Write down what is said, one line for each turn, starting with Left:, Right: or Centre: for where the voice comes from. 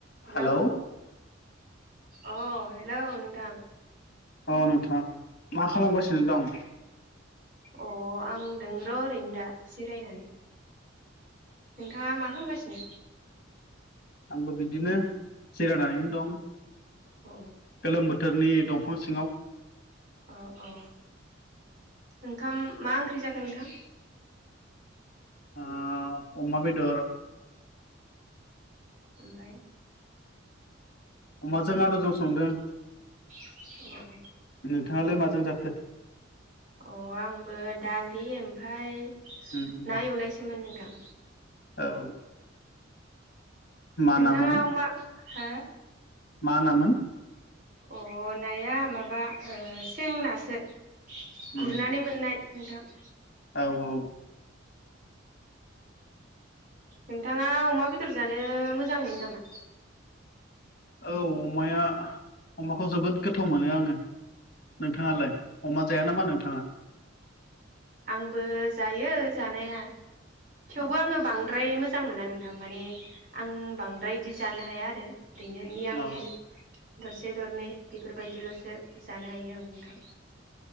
Right: Hello
Left: hello
Right: अ hello नोंथां
Left: अ नोंथां मा खालामगा सिनो दं
Right: अ आं दों र' ओरैनो दा जिरायनानै नोंथाङा मा खालामगासिनो
Left: आंबो बिदिनो जिरायनानैनो दं
Right: अ
Left: गोलोम बो थोरनि दंफां सिङाव
Right: अ अ नोंथां मा ओंख्रि जाखो नोंथां
Left: आ अमा बेदर
Right: ओमफ्राय
Left: अमाजों आलुजों संदों।
Right: औ
Left: नोंथाङालाय माजों जाखो।
Right: अ आंबो दालि ओमफ्राय
Left: उम उम
Right: ना एवनायसोमोन नोंथां।
Left: औ मा
Right: नोंथाङा
Left: नामोन
Right: अमा हा
Left: मा नामोन।
Right: अ नाया माबा सें नासो। गुरनानै
Left: उम
Right: मोननाय। नोंथां
Left: औ औ
Right: नोंथाङा अमा बेदर जानो मोजां मोनो नामा?
Left: औ अमाया अमाखौ जोबोद गोथाव मोनो आङो। नोंथाङालाय
Right: अ
Left: अमा जाया नामा नोंथाङा?
Right: आंबो जायो जानाया। थेवबो
Left: औ
Right: आङो बांद्राय मोजां मोना नोंथां माने आं बांद्राय बिदि जानो हाया आरो ओरैनो नियम निय
Left: औ
Right: दरसे दरनै बेफोरबायदिल'सो जानो हायो आं नोंथां।